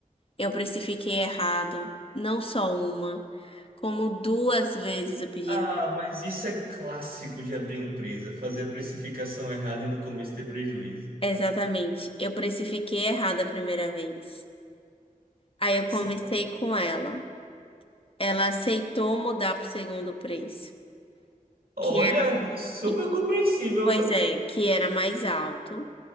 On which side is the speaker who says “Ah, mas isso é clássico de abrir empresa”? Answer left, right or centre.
Right